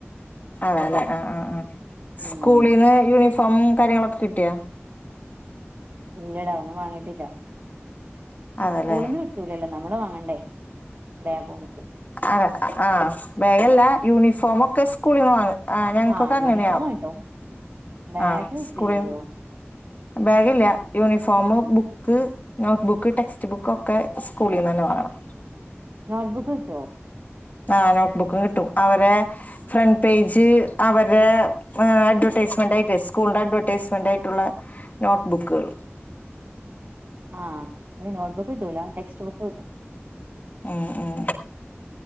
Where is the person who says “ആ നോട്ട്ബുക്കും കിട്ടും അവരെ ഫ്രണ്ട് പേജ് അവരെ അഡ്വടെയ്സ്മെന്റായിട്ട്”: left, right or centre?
Left